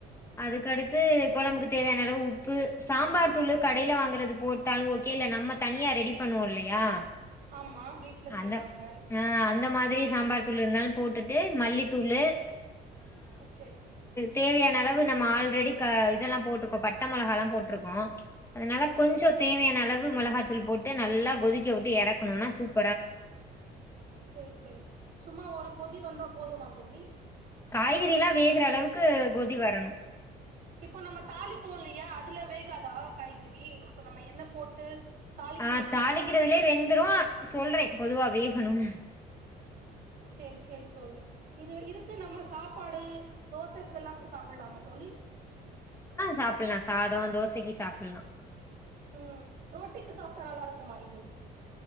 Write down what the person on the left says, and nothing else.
அதுக்கடுத்து குழம்புக்கு தேவையான அளவு உப்பு சாம்பார் தூள் க கடையில வாங்குறது போட்டாலும் ஓகே இல்ல நம்ம தனியா ரெடி பண்ணுவோம் இல்லையா
அந்த
ஆ அந்த மாதிரி சாம்பார் தூள் இருந்தாலும் போட்டுட்டு மல்லித்தூள்
தேவையான அளவு நம்ம ஆல்ரெடி க இதெல்லாம் போட்ருக்கோ பட்டை மிளகா எல்லாம் போட்ருக்கோ அதனால
கொஞ்சம் தேவையான அளவு மளகாத்தூள் போட்டு நல்லா கொதிக்க விட்டு இறக்கணும்னா சூப்
காய்கறி எல்லாம் வேகற அளவுக்கு கொதி வரணும்
ஆ தாளிக்கிறதுலயே
வெந்துரும் சொல்றேன் பொதுவா வேகணும்
சாப்புட்லா சாதோ ஆ தோசைக்கு சாப்டலா